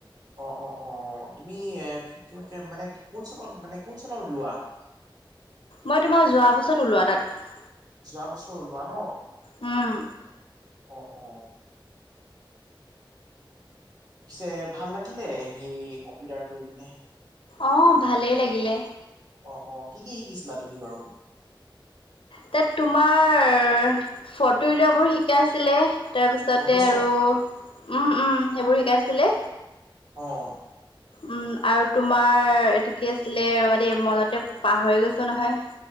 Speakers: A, on the right (about 50°); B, on the left (about 90°).
A: অ অ অ তুমি এ কি মানে কোন চনৰ মানে কোন চনৰ লোৱা। <inaudible>
B: মই তোমাৰ যোৱা বছৰত ওলোৱা তাত
A: যোৱা বছৰ ওলোৱা ন
B: উম
A: অ অ পিছে ভাল লাগিলে সেই কম্পিউটাৰ কৰি পিনে।
B: অ ভালেই লাগিলে।
A: অ অ কি কি শিকিছিলা তুমি বাৰু?
B: তাত তোমাৰ ফটো উলাবোৰ শিকাইছিলে তাৰপিছতে
A: ফটোশ্বপ
B: আৰু সেইবোৰ শিকাইছিলে।
A: অঁ
B: উম আৰু তোমাৰ এইটো কি আছিলে ৰবা দেই মনতে পাহৰি গৈছো নহয়।